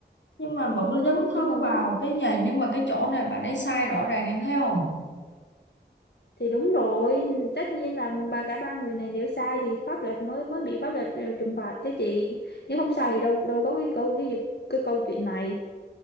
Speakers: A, on the left; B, on the left.
A: nhưng mà vẫn dấn thân
B: nhưng mà vấn
A: vào cái này nhưng mà cái chỗ này bạn ấy sai rõ ràng em thấy không
B: thì đúng rồi tất nhiên là ba cả ba người này nếu sai thì pháp luật mới mới bị pháp luật ờ, trừng phạt chứ chị nếu không sai thì đâu đâu có cái câu cái, cái câu chuyện này